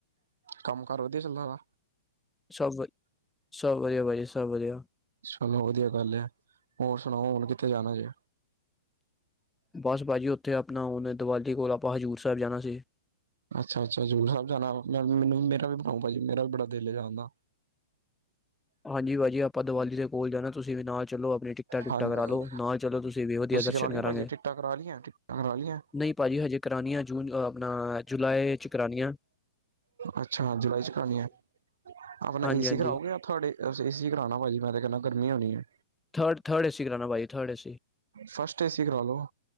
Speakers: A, on the right (about 80°); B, in the centre.
A: ਕੰਮ ਕਾਰ ਵਧੀਆਂ ਚੱਲਦਾ ਥਾ।
B: ਸਭ ਵ- ਸਭ ਵਧੀਆ ਭਾਜੀ ਸਭ ਵਧੀਆ
A: ਚਲੋਂ ਵਧੀਆਂ ਗੱਲ ਐ ਹੋਰ ਸੁਣਾਓ ਹੁਣ ਕਿੱਥੇ ਜਾਣਾਂ ਜੇ।
B: ਬਸ ਭਾਜ਼ੀ ਉੱਥੇ ਆਪਣਾਂ ਉਨ ਏ ਦੀਵਾਲ਼ੀ ਕੋਲ ਆਪਾਂ ਹਜ਼ੂਰ ਸਾਹਿਬ ਜਾਣਾ ਸੀ।
A: ਅੱਛਾ, ਅੱਛਾ ਹਜ਼ੂਰ ਸਾਹਿਬ ਜਾਣਾਂ ਵਾ ਮੈਨੂੰ ਵੀ ਮੇਰਾ ਵੀ ਬਣਾਉ ਮੇਰਾ ਵੀ ਬੜਾ ਦਿਲ ਏ ਜਾਣ ਦਾ।
B: ਹਾਂਜੀ ਭਾਜੀ ਆਪਾਂ ਦੀਵਾਲੀ ਦੇ ਕੋਲ ਜਾਣਾ ਤੁਸੀਂ ਵੀ ਨਾਲ ਚਲੋ ਆਪਣੀਆਂ ਟਿਕਟਾਂ ਟੁਕਟਾਂ
A: ਹਾਂਜੀ
B: ਕਰਾਂ ਲਓ ਨਾਲ਼ ਚਲੋ ਤੁਸੀਂ ਵੀ ਵਧੀਆ ਦਰਸ਼ਨ
A: ਕਰਾ ਲਈ
B: ਕਰਾਂਗੇ
A: ਭਾਜੀ ਟਿਕਟਾਂ ਕਰਾ ਲਈਆਂ ਟਿਕਟਾਂ ਕਰਾ ਲਈਆਂ
B: ਨਈ ਭਾਜੀ ਹਜੇ ਕਰਾਨੀਆਂ ਜੂਨ ਚ ਆਪਣਾ ਜੁਲਾਈ ਚ ਕਰਾਨੀਆ।
A: ਅੱਛਾ, ਜੁਲਾਈ ਚ ਕਰਾਣੀਆਂ ਆਪਣਾਂ
B: ਹਾਂਜੀ
A: ਏਸੀ
B: ਹਾਂਜੀ
A: ਕਰਾਓਗੇ ਅਪ। ਤੁਹਾਡੇ ਏ ਸੀ ਕਰਾਣਾ ਭਾਜੀ ਮੈਂ ਤੇ ਕੇਨਾਂ ਗਰਮੀਂ ਹੋਣੀਂ ਏ।
B: ਥਰਡ ਥਰਡ ਏਸੀ ਕਰਾਣਾ ਭਾਜੀ ਥਰਡ ਏਸੀ
A: ਫਸਟ ਏਂ ਸੀ ਕਰਾਲੋ।